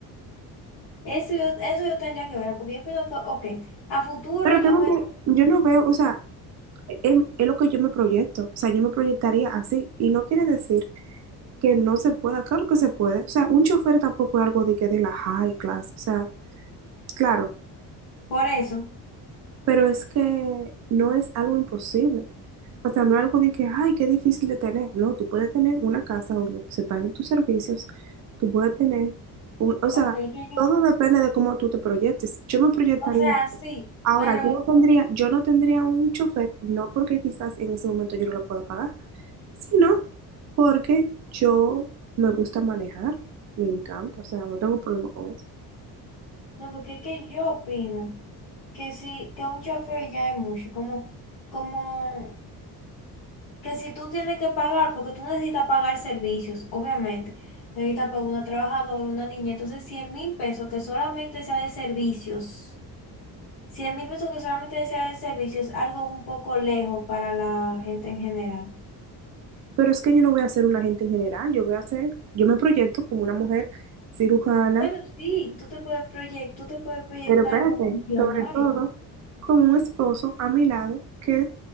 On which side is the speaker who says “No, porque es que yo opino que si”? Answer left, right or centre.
Left